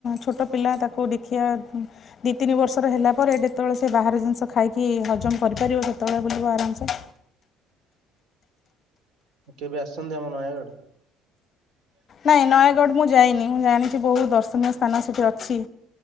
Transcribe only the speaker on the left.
ଛୋଟ ପିଲା ତାକୁ ଦେଖିବା ଦୁଇ ତିନି ବର୍ଷର ହେଲା ପରେ ଯେତେବେଳେ ସେ ବାହାରାରେ ଜିନିଷ ଖାଇକି ହଜମ କରିପାରିବ ସେତେବେଳେ ବୁଲିବ ଆରାମସେ
ନାଇଁ ନୟାଗଡ଼ ମୁଁ ଯାଇନି ମୁଁ ଜାଣିଛି ବହୁତ ଦର୍ଶନୀୟ ସ୍ଥାନ ସେଠି ଅଛି